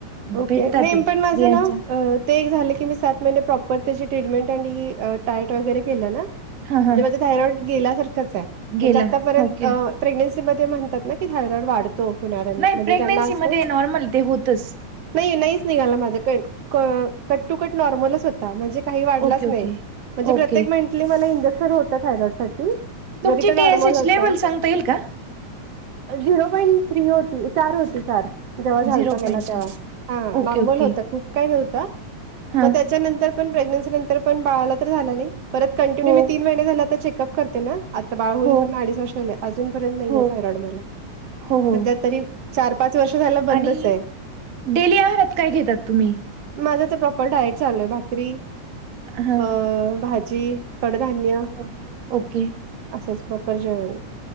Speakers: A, on the right; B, on the right.
A: ओके
B: भेटतात
A: नाही
B: ते
A: पण माझं
B: रियाजचा
A: ना ते एक झाले की मी सात महिने प्रॉपर त्याची ट्रीटमेंट आणि डाएट वगैरे केलं ना
B: हां
A: म्हणजे
B: हां
A: माझं थायरॉईड गेल्यासारखंच आहे म्हणजे
B: गेला
A: आतापर्यंत
B: ओके
A: अह प्रेग्नेन्सी मध्ये म्हणतात ना की थायरॉइड वाढतो होणाऱ्यांना
B: नाही
A: म्हणजे
B: प्रेग्नेन्सी
A: ज्यांना असतो
B: मध्ये नॉर्मल ते होतच
A: नाही नाहीच निघाला माझा कट टू कट नॉर्मलच होत ता म्हणजे काही वाढलाच
B: ओके ओके
A: नाही, म्हणजे प्रत्येक
B: ओके
A: मिनिटाला मला इंजेक्शन होत थायरॉईड साठी
B: तुमची
A: जरी ते नॉर्मल
B: टी एस एच
A: होत
B: लेवल सांगता येईल का
A: झिरो पॉइंट थ्री होती चार होती चार जेव्हा झालता
B: झिरो पॉईंट
A: मला तेव्हा
B: चार
A: हा
B: ओके
A: नॉर्मल
B: ओके
A: होत खूप काही नव्हतं
B: हां
A: मग त्याच्यानंतर पण प्रेग्नसी नंतर पण बाळाला तर झाला नाही परत कंटिन्यू
B: हो
A: मी तीन महिने झाले आता चेकअप करते ना आता बाळ होऊन
B: हो
A: पण अडीच वर्ष झाले अजून पर्यंत नाहीये
B: हो
A: थायरॉइड मला
B: हो हो
A: सध्या तरी चार पाच वर्ष झालं बंदच
B: आणि
A: आहे.
B: डेली आहारात काय घेतात तुम्ही?
A: माझ तर प्रॉपर डायट चालू आहे भाकरी
B: हां
A: अह भाजी कडधान्य
B: होय ओके.
A: असच प्रॉपर जेवण